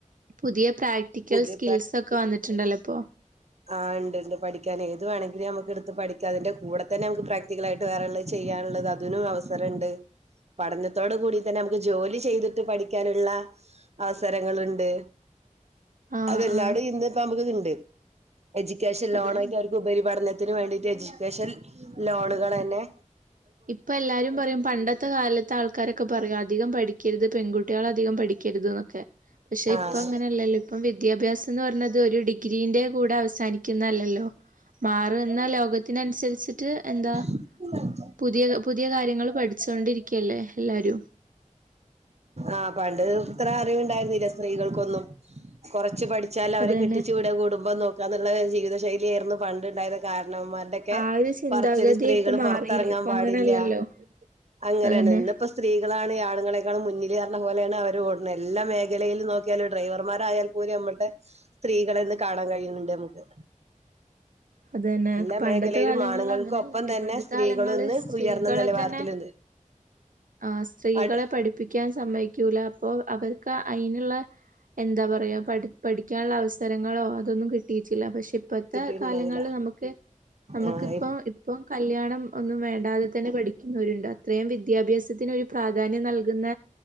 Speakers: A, on the right; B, on the right.
A: പുതിയ പ്രാക്ടിക്കൽ
B: പുതിയ
A: സ്കിൽസ് ഒക്കെ വന്നിട്ടുണ്ടല്ലോ ഇപ്പോ
B: ആഹ് ഇണ്ട്ണ്ട് പഠിക്കാന് ഏത് വേണെങ്കി ലും നമുക്ക്ട്ത്ത് പഠിക്കാ അതിന്റെ കൂടെ തന്നെ നമു ക്ക് പ്രാക് റ്റിക്കലായി ട്ട് വേറെള്ളത് ചെയ്യാനുള്ളത് അതിനും അവസരണ്ട് പഠന ത്തോട് കൂടി തന്നെ നമുക്ക് ജോലി ചെയ്തിട്ട് പഠിക്കാനുള്ള അവസരങ്ങളുണ്ട്.
A: ആഹ്
B: അതെല്ലാടെ
A: ആഹ്
B: ഇന്ന്പ്പ നമക്ക്തിണ്ട്. എജി ക്കേഷൻ
A: അത്
B: ലോണായിട്ട്
A: തന്നെ
B: അവർക്ക് ഉപരിപഠനത്തിന് വേണ്ടിട്ട് എജിക്കേഷൻ ലോണുകളെന്നെ
A: ഇപ്പൊ എല്ലാരും പറയും പണ്ടത്തെ കാലത്ത് ആൾക്കാരൊക്കെ പറയും അധികം പഠിക്കര് ത് പെൺകുട്ടിയാള് അധികം പഠിക്കര്ത് ന്ന്. ക്കെ പക്ഷെ
B: ആഹ്
A: ഇപ്പൊ അങ്ങനെയല്ലല്ലോ ഇപ്പം വിദ്യാഭ്യാസന്ന് പറഞ്ഞത് ഒരു ഡി ഡിഗ്രിന്റെ കൂടെ അവസാനിക്കുന്നല്ലല്ലോ മാറിവ ന്ന ലോകത്തിന് അനുസരിച്ചിട്ട് എന്താ കി
B: ഉ <unintelligible>
A: പുതിയ പുതിയ കാര്യങ്ങള് പഠിച്ച് കൊണ്ടിരിക്കല്ലേ ഹെ ല്ലാരും.
B: ആഹ് പണ്ട് ഇത്ര അറിവ് ണ്ടായിരുന്നില്ല സ് സ്ത്രീകൾക്കൊന്നും കൊറച്ച് പഠിച്ചാൽ അവരെ
A: അതന്നെ
B: കെ ഇവിടെ കുടുംബം നോക്കാന്നുള്ളത് ജീവിത ശൈലി അ ർന്നു പണ്ടുണ്ടായത് കാരണൊന്മാർ ക്ക
A: ആ ഒരു ചിന്താഗതി
B: പറിചില് സ്ത്രീകള്
A: ഇപ്പൊ മാറിയില്ലേ
B: പൊ റത്തറങ്ങാൻ
A: ഇപ്പൊ
B: പാടില്ല
A: അങ്ങനെയല്ലല്ലോ
B: അങ്ങനെണ്
A: അതന്നെ
B: ഇന്ന് പ്പൊ സ് സ്ത്രീകളാണ് ആണുങ്ങളെക്കാളും മുന്നില് കർണം പോലെയാണ് അവര് ഓട് ണ് എല്ലാ മേഖലയിലും നോക്കി നോക്കി യാലും ഡ്രൈവർമാരായാൽ പോലും നമ്മൾ ടെ സ്ത്രീകളെന്ന് കാണാൻ കഴിയുന്നുണ്ട് നമുക്ക്.
A: അതന്നെ
B: എല്ലാ
A: പണ്ടത്തെ
B: മേഖലയിലും
A: കാലങ്ങൾ
B: ആണുങ്ങൾക്കൊപ്പം
A: അങ്ങനല്ലല്ലോ
B: തന്നെ
A: പണ്ടത്തെ
B: സ്ത്രീകളും
A: കാലങ്ങളിൽ
B: ഇന്ന്
A: സ്ത്രീകളെ
B: ഉയർന്ന നിലവാരത്തിലുണ്ട്.
A: തന്നെ ആഹ് സ്ത്രീകളെ
B: ആട്
A: പഠിപ്പി ക്കാൻ സമ്മയ്ക്കൂല അപ്പോ അവർക്ക് അയിന്ള്ള എന്താ പറയാ പഠി പഠിക്കാനുള്ള അവസരങ്ങളോ അതൊന്നും കിട്ടിയിട്ടില്ല പക്ഷെ ഇപ്പത്തെ
B: കിട്ടിയിട്ടുണ്ടാവില്ല
A: കാലങ്ങളിൽ നമക്ക് നമക്ക്
B: ആഹ്
A: ഇപ്പൊ ഇപ്പം കല്യാണം ഒന്നും വേണ്ടാതെ തന്നെ പഠിക്കുന്നോ രുണ്ട് അത്രയും വിദ്യാഭ്യാസത്തിന് ഒരു പ്രാധാന്യം നൽകുന്ന